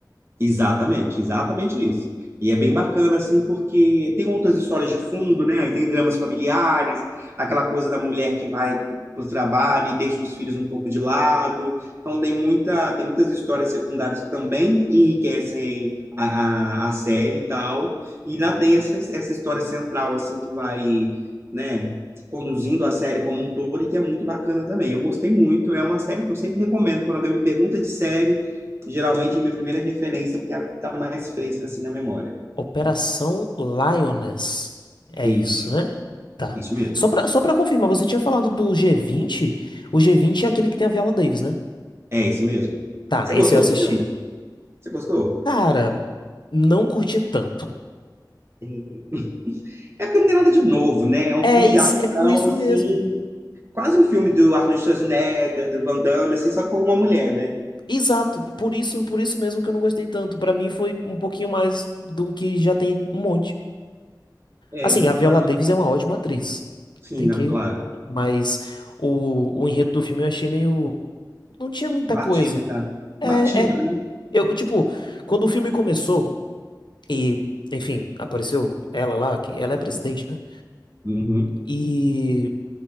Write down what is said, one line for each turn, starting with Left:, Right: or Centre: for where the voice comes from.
Right: exatamente, exatamente isso. E é bem bacana, assim, porque tem outras histórias de fundo, né? Aí tem dramas familiares, aquela coisa da mulher que vai para o trabalho e deixa os filhos um pouco de lado. Então tem muita, tem muitas histórias secundárias que também enriquecem a, a, a série e tal. E lá tem essa, essa história central, assim, que vai, né? Conduzindo a série como um todo e que é muito bacana também. Eu gostei muito, é uma série que eu sempre recomendo. Quando alguém me pergunta de série, geralmente minha primeira referência, porque é a que está mais fresca assim na memória.
Left: Operação Lioness. É
Right: Isso,
Left: isso, né? Tá.
Right: isso mesmo.
Left: Só pra, só pra confirmar, você tinha falado do g vinte? O g vinte é aquele que tem a Viola Davis, né?
Right: É isso mesmo.
Left: Tá,
Right: Você
Left: esse
Right: gostou
Left: eu assisti.
Right: do filme? Você gostou?
Left: Cara, não curti tanto.
Right: É É porque não tem nada de novo, né? É um
Left: É,
Right: filme
Left: is-
Right: de ação,
Left: é por isso
Right: assim,
Left: mesmo.
Right: quase um filme do Arnold Schwarzenegger, do Van Damme, assim, só com uma mulher, né?
Left: Exato, por isso, por isso mesmo que eu não gostei tanto. Pra mim foi um pouquinho mais do que já tem um monte.
Right: É,
Left: Assim,
Right: no
Left: a Viola
Right: final,
Left: Davis é uma ótima atriz.
Right: sim,
Left: Tem
Right: não,
Left: que.
Right: claro.
Left: Mas o, o enredo do filme eu achei meio. Não tinha muita
Right: Batido
Left: coisa.
Right: já.
Left: É,
Right: Batido,
Left: é
Right: né?
Left: Eu, tipo, quando o filme começou e, enfim, apareceu ela lá, que ela é presidente, né?
Right: Uhum.
Left: E